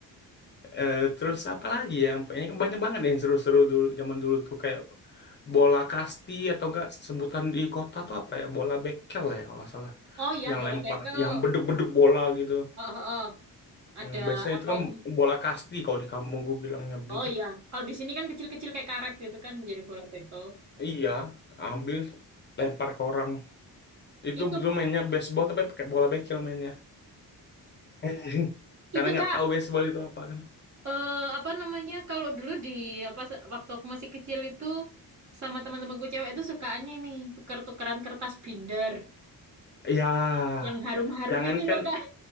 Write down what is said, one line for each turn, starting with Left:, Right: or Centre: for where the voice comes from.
Left: Eh, terus apa lagi ya? Kayaknya banyak banget yang seru-seru dulu zaman dulu tuh kayak bola kasti atau enggak sebutan di kota tuh apa ya? Bola bekel ya kalau nggak salah.
Right: Oh iya,
Left: Yang
Right: bola
Left: lempar,
Right: bekel.
Left: yang beduk-beduk bola gitu.
Right: Oh, oh, oh.
Left: Hmm,
Right: Ada
Left: biasanya
Right: apanya?
Left: itu kan bola kasti kalau di kampung gue bilangnya begitu.
Right: Oh iya, kalau di sini kan kecil-kecil kayak karet gitu kan jadi bola bekel.
Left: Iya, ambil lempar ke orang. Itu
Right: Itu
Left: dulu mainnya baseball tapi pakai bola bekel mainnya. <laughs>
Right: <laughs>
Left: Karena
Right: itu
Left: nggak
Right: Kak
Left: tahu baseball itu apa kan.
Right: eh apa namanya kalau dulu di apa waktu aku masih kecil itu sama teman-temanku cewek itu sukaannya ini tuker-tukeran kertas binder
Left: Ya,
Right: yang harum-harum
Left: jangankan
Right: itu loh kak